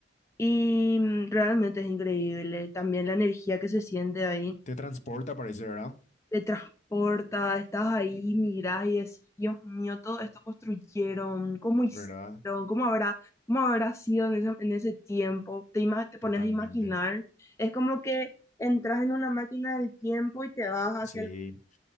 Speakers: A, on the left; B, on the left.
A: Y mm, realmente es increíble también la energía que se siente ahí
B: Te transporta, parece, ¿verdad?
A: te transporta, estás ahí, mirás y decís, Dios mío, todo esto construyeron, cómo hicieron,
B: ¿Verdad?
A: cómo habrá, cómo habrá sido en ese, en ese tiempo, te, ima- te pones
B: Totalmente.
A: a imaginar, es como que entras en una máquina del tiempo y te vas hacia
B: Sí.
A: el...